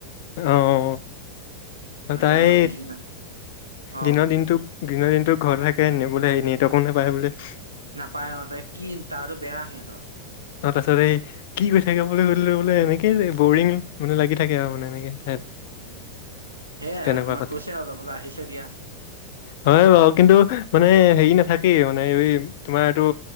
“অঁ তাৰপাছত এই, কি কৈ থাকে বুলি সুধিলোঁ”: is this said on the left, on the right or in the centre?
Left